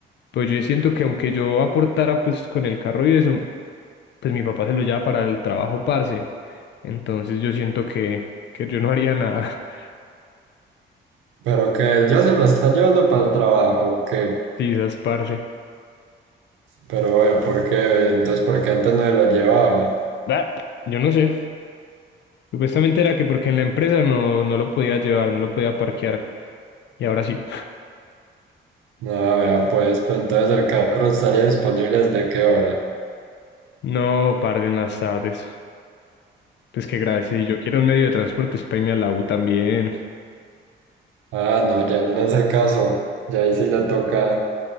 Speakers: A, on the left; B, on the right.
A: Pues yo siento que aunque yo aportara pues con el carro y eso, pues mi papá se lo lleva para el trabajo, parce. Entonces yo siento que, que yo no haría nada. <laughs>
B: Pero que él ya se lo está llevando para el trabajo, ¿o qué
A: Sí, esas parce.
B: Pero, eh, ¿por qué? Entonces, ¿por qué antes no se lo llevaba?
A: Bah, yo no sé. Supuestamente era que porque en la empresa no, no lo podía llevar, no lo podía parquear. Y ahora sí.
B: Ah, vea, pues, pues entonces el carro estaría disponible desde qué hora.
A: No, parce, en las tardes. Pues que gracias. Yo quiero un medio de transporte, es para irme a la U también.
B: Ah, no, ya en ese caso, ya ahí sí le toca.